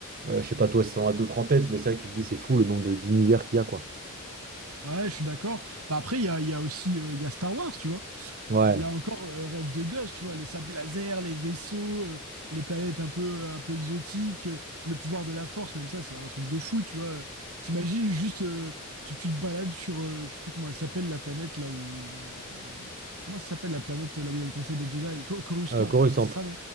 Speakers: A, on the right; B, on the right.
A: euh, je sais pas toi si t'en as d'autres en tête, mais c'est vrai que tu te dis c'est fou le nombre de- d'univers qu'il y a, quoi.
B: Ouais, je suis d'accord. Bah après, il y a, il y a aussi euh, il y a Star Wars, tu vois.
A: Ouais.
B: Euh, là encore, euh, rêve de gosse, tu vois, les sables laser, les vaisseaux, euh, les planètes un peu, un peu exotiques, euh, le pouvoir de la force, même ça, c'est un truc de fou, tu vois. Euh, T'imagines juste, euh, tu, tu te balades sur, euh, je sais plus comment elle s'appelle, la planète là où. où- C'est comment ça s'appelle la planète là où il y a le Conseil des Jedi? Co- Coruscant,
A: Euh, Coruscant.
B: je crois, c'est ça,